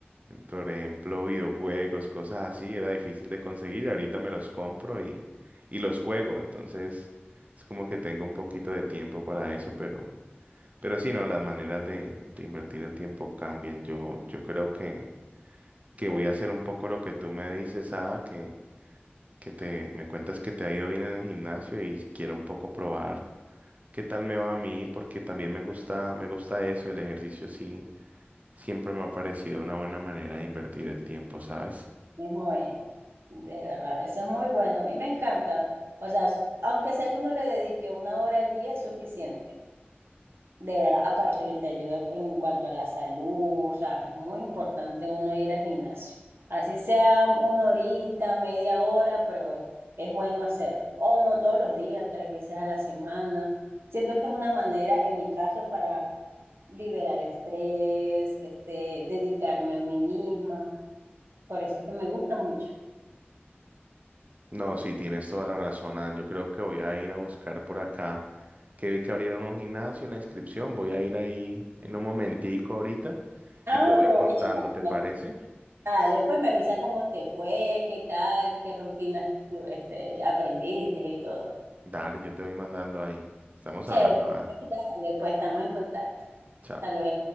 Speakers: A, on the right; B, on the right.
A: Por ejemplo, videojuegos, cosas así, era difícil de conseguir. Ahorita me los compro y, y los juego. Entonces, es como que tengo un poquito de tiempo para eso, pero, pero sí, no, las maneras de, de invertir el tiempo cambian. Yo, yo creo que que voy a hacer un poco lo que tú me dices, Ada, que, que te me cuentas que te ha ido bien en el gimnasio y quiero un poco probar qué tal me va a mí, porque también me gusta, me gusta eso, el ejercicio sí, siempre me ha parecido una buena manera de invertir el tiempo, ¿sabes?
B: es muy, de verdad, eso es muy bueno, a mí me encanta. O sea, s- aunque sea que uno le dedique una hora al día es suficiente, de verdad, aparte que te ayuda en cuanto a la salud, o sea, es muy importante uno ir al gimnasio. Así sea una horita, media hora, pero es bueno hacerlo. O no todos los días, tres veces a la semana. Siento que es una manera, en mi caso, para liberar estrés, este, dedicarme a mí misma. Por eso es que me gusta mucho.
A: No, sí, tienes toda la razón, Ada. Yo creo que voy a ir a buscar por acá, que vi que abrieron un gimnasio, la inscripción, voy a ir ahí en un momentico ahorita
B: Ah,
A: y te voy
B: aprovecha
A: contando,
B: y me
A: ¿te
B: comenta.
A: parece?
B: Dale, pues me avisa cómo te fue, qué tal, qué rutinas tú este, aprendiste y todo.
A: Dale, yo te voy mandando ahí. Estamos
B: Chévere,
A: hablando, Ada.
B: pues, dale, pues estamos en contacto.
A: Chao.
B: Hasta luego.